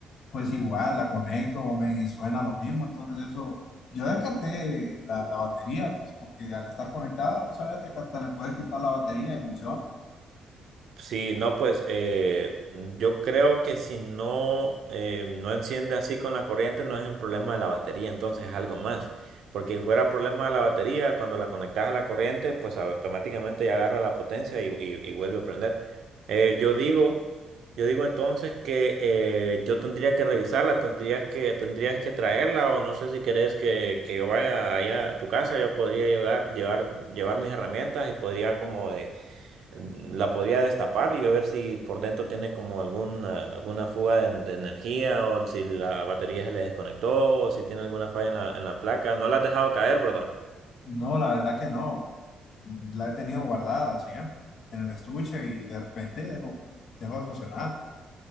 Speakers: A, on the left; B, on the right.
A: Pues igual la conecto, men, y suena lo mismo, entonces eso, yo descarté la, la batería, pues porque al estar conectada, vos sabés que hasta le puedes quitar la batería y funciona.
B: Sí, no, pues eh, mm, yo creo que si no, eh, no enciende así con la corriente, no es un problema de la batería, entonces es algo más. Porque si fuera problema de la batería, cuando la conectas a la corriente, pues automáticamente ya agarra la potencia y, y- y vuelve a prender. Eh, yo digo, yo digo entonces que eh, yo tendría que revisarla, tendrías que, tendrías que traerla, o no sé si querés que, que yo vaya allá a tu casa, yo podría llegar, llevar, llevar mis herramientas y podría como de la podría destapar y a ver si por dentro tiene como alguna, alguna fuga de, de energía o si la batería se le desconectó o si tiene alguna falla en la, en la placa. No la has dejado caer, ¿verdad?
A: No, la verdad que no, la he tenido guardada siempre en el estuche y de repente dejó, dejó de funcionar.